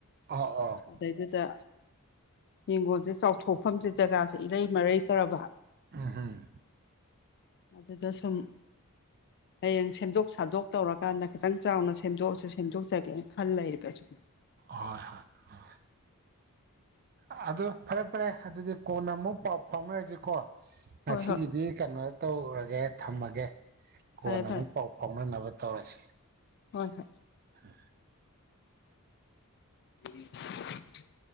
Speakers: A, on the right; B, on the left.
A: ꯑꯣ ꯑꯣ
B: ꯑꯗꯩꯗꯨꯗ ꯌꯦꯡꯒꯣꯟꯁꯦ ꯆꯥꯎꯊꯣꯛꯐꯝꯁꯦ ꯖꯒꯥꯁꯦ ꯏꯔꯩ ꯃꯔꯩꯇꯔꯕ
A: ꯎꯃ ꯍꯨꯝ
B: ꯑꯗꯨꯗ ꯁꯨꯝ ꯍꯌꯦꯡ ꯁꯦꯝꯗꯣꯛ ꯁꯥꯗꯣꯛ ꯇꯧꯔꯀꯥꯟꯗ ꯈꯤꯇꯪ ꯆꯥꯎꯅ ꯁꯦꯝꯗꯣꯛꯑꯁꯨ ꯁꯦꯝꯗꯣꯛꯆꯒꯦꯅ ꯈꯜ ꯂꯩꯔꯕ <unintelligible>
A: ꯍꯣꯏ ꯍꯣꯏ <unintelligible> ꯑꯗꯨ ꯐꯔꯦ ꯐꯔꯦ ꯑꯗꯨꯗꯤ ꯀꯣꯟꯅ ꯑꯃꯨꯛ ꯄꯥꯎ ꯐꯥꯎꯅꯔꯖꯤꯀꯣ ꯉꯁꯤꯒꯤꯗꯤ
B: ꯍꯣꯏ ꯍꯣꯏ
A: ꯀꯩꯅꯣ ꯇꯧꯔꯒꯦ ꯊꯝꯃꯒꯦ ꯀꯣꯟ
B: ꯐꯔꯦ ꯐꯔꯦ
A: ꯑꯃꯨꯛ ꯄꯥꯎ ꯐꯥꯎ ꯐꯥꯑꯣꯅꯥꯅꯕ ꯇꯧꯔ꯭ꯁꯦ
B: ꯍꯣꯏ ꯍꯣꯏ
A: <inaudible>
B: <unintelligible>